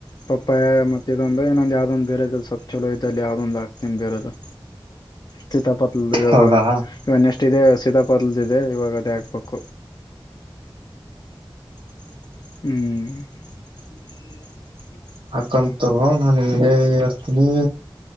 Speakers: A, on the left; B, on the right.
A: ಪಪ್ಪಾಯ ಮತ್ತ ಇದೊಂದು ಇನ್ನೊಂದ್ ಯಾವ್ದೊಂದ್ ಬೇರೆದ ಸ ಚಲೋ ಇದಲ್ಲಿ ಯಾವ್ದೊಂದ್ ಆಾತೇನ್ ಬೇರೆದು ಸೀತಾಪತ್ಲ್ ಇವಾಗ
B: ಹೌದಾ
A: ಇವಾಗ ನೆಕ್ಸ್ಟ್ ಇದೆ ಸೀತಾಪಾತ್ಲದ ಅದೇ ಇವಾಗದೇ ಆಗಬೇಕು ಹ್ಮ್ ಹ ಅ
B: ಕಂತು ನಾನು ನಿಂಗೆ ಹೇಳ್ತೀನಿ